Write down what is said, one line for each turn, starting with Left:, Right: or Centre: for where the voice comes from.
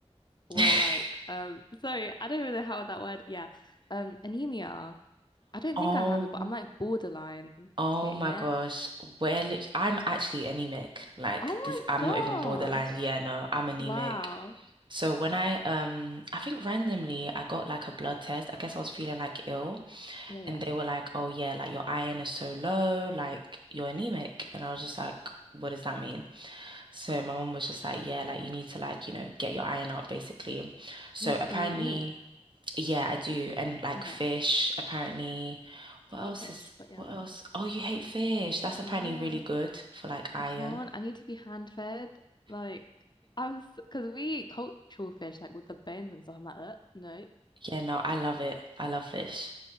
Left: were
Right: <laughs>
Left: like, um, sorry, I don't even know how that word, yeah, um, anemia. I don't
Right: Oh,
Left: think I have it, but I'm like borderline
Right: oh
Left: getting
Right: my
Left: it.
Right: gosh. We're lit I'm actually anemic. Like
Left: Oh my
Right: this, I'm
Left: gosh.
Right: not even borderline. Yeah, no, I'm anemic.
Left: Wow.
Right: So when I um I think randomly I got like a blood test. I guess I was feeling like ill
Left: Yeah, yeah.
Right: and they were like, "Oh yeah, like your iron is so low, like you're anemic." And I was just like, "What does that mean?" So my mom was just like, "Yeah, like you need to like, you know, get your iron up basically." So
Left: Yes,
Right: apparently
Left: do you eat meat?
Right: yeah, I do. And like
Left: Okay.
Right: fish, apparently. What
Left: I hate
Right: else
Left: fish,
Right: is
Left: but yeah.
Right: what else? Oh, you hate fish. That's
Left: Yeah,
Right: apparently really good for like iron.
Left: I can't. I need to be hand fed. Like, I'm because we eat cultural fish, like with the bones and stuff. I'm like, uh, no.
Right: Yeah, no, I love it. I love fish.